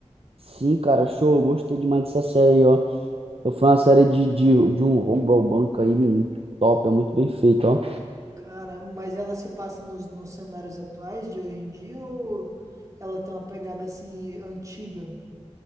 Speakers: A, on the right; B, on the right.
A: Sim, cara, show. eu Gostei demais dessa série aí, ó eu fui uma série de, de, de um roubo ao banco aí muito top, é muito bem feito, ó.
B: Caramba, mas ela se passa nos, nos cenários atuais de hoje em dia ou ela tem uma pegada assim antiga?